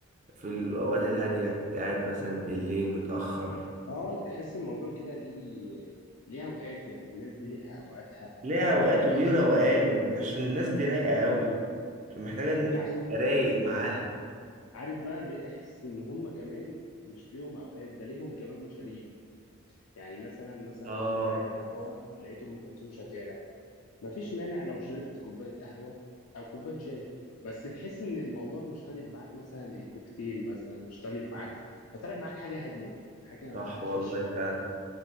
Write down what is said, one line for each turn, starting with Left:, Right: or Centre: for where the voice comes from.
Right: في الاوقات الهادية انت قاعد مثلا بالليل متأخر
Left: اه تحس الموضوع كده ليه ليه اوقاته يعني الناس دي ليها اوقاتها
Right: ليه اوقات
Left: آه
Right: وليه روقان و- عشان الناس دي رايقه قوي فمحتاجه ان
Left: انت
Right: انت
Left: ع-
Right: تبقى رايق معاها
Left: عارف بقى بقيت احس ان هم كمان مش ليهم اوقات ده ليهم كمان مشاريب يعني مثلا مثلا
Right: اه
Left: انت قاعد على القهوه لقيت ام كلثوم شغاله مفيش مانع لو شربت كوبايه قهوه او كوبايه شاي بس تحس ان الموضوع مش طالب معاك مثلا ايه كوكتيل مثلا مش طالب
Right: صح
Left: معاك طالب معاك حاجه هاديه حاجه
Right: صح
Left: ما ما
Right: والله
Left: فيهاش
Right: فعلا